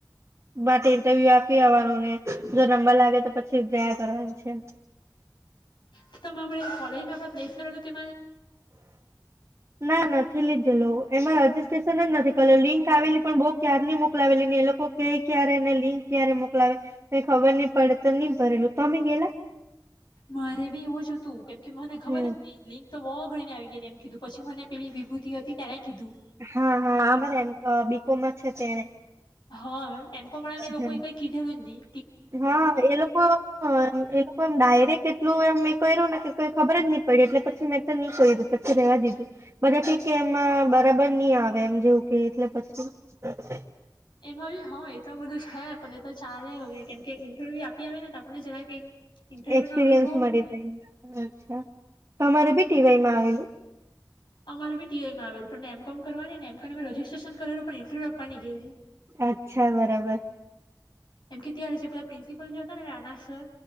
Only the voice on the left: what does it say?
તો તમે અણા કોલેજમાં આપણા પ્લેસમેન્ટ હતું તે
મારે બી એવું જ હતું કેમ કે મને ખબર
જ ન લિક તો બહુ ઘણી આવી. એમ કીધું પછી મને પેલી વિભૂતિ હતી તેણે કીધું.
હા એમ. પને લોકોએ
કઈ કીધેલુ જ ની.
એમાંભી હ એ તો બધું છે પણ એ તો ચાલે અવે. કેમ કે ઇન્ટરવ્યુ આપી આવે ને અને જરાક એક ઇન્ટરવ્યુ
નો અનુભવ
મળે
અમારે બી ટીવાય આવેલું પણ એમ કોમ કરવાની મ કે તમે રજિસ્ટ્રેશન એ લોકો ઇન્ટરવ્ય આપની ગેલી.
એમ કે ત્યારે હશે પેલા પ્રિન્સિપલ જે હતા ને રાના સર.